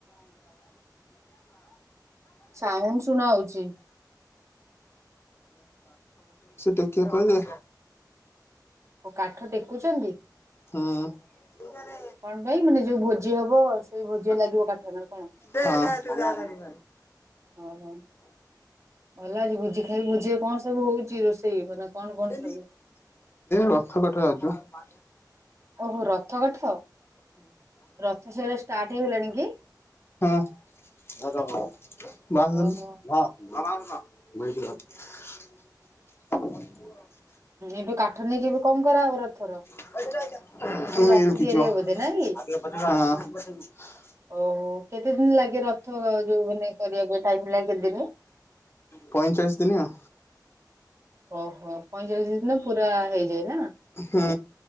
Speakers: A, on the right; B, on the left.
A: ସାଉଣ୍ଡ ଶୁଣା ହଉଛି।
B: ଟେକିବା ପାଇଁ ଯେ
A: ଓ କାଠ ଟେକୁଛନ୍ତି।
B: ହଁ।
A: କଣ ପାଇଁ ମାନେ ଯୋଉ ଭୋଜି ହବ ସେଇ ଭୋଜିରେ
B: ଦେ
A: ଲାଗିବ କାଠ ନା କଣ?
B: ଦେ ତୁ ଯା ଘରେ
A: ଓ ହୋ ଭଲ ଅଛି ଭୋଜି ଖାଇ ଭୋଜି କଣ ସବୁ ହଉଛି ରୋଷେଇ ମାନେ କଣ କଣ
B: ଏ
A: ସବୁ?
B: ରଥ କଟା ଯାଉଛି ପା।
A: ଓହୋ ରଥ କାଠ ରଥ ସେଗୁଡା ଷ୍ଟାର୍ଟ ହେଇଗଲାଣି କି?
B: <inaudible> ହଁ ମା
A: ଓହୋ
B: ହଁ। <inaudible>
A: ଏବେ କାଠ ନେଇକି କଣ କରା ହବ ରଥର?
B: <inaudible>
A: ଏବେ ରଥ ତିଆରି ହବ ବୋଧେ
B: ହଁ।
A: ନା କି? ଓହୋ କେତେ ଦିନ ଲାଗିବ? ରଥ ଯୋଉ ମାନେ କରିବା ପାଇଁ ଟାଇ ଲାଗ କେତେ ଦିନ?
B: ପଇଁଚାଳିଶ ଦିନି ଆଉ।
A: ଓହୋ ପଇଁଚାଳିଶ ଦିନିରେ ପୁରା ହେଇଯାଏ ନା?
B: ହୁଁ